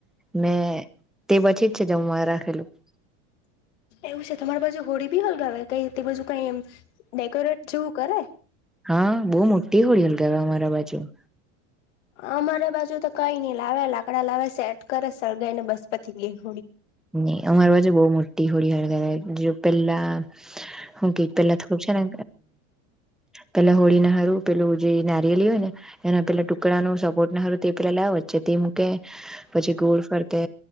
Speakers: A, in the centre; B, on the left.
A: મેં તે પછી જ છે જમવા રાખેલું. <inaudible>
B: એવું છે તમારી બાજુ હોળી બી હલગાવે કઈ તે બાજુ કઈ ડેકોરેટ જેવું કરે
A: હા બહુ મોટી હોડી હલગાવે અમારા બાજુ
B: અમારા બાજુ તો કઈ નઈ લાવે લાકડા લાવે સેટ કરે સળગાઈ ને બસ પતી ગીઉ
A: ન અમાર વાજે બહુ મો ટી હોળી હળ ગાવે પેલા હું કેય પેલા થોડું છે ને પેલા હોળી ના હારું પેલું જે નારિયળ હોય ને એના પેલા ટુકડા નું સપોટ ના હરું તે પેલા લાવ વચ્ચે તે મૂકે પછી ગોળ ફરતે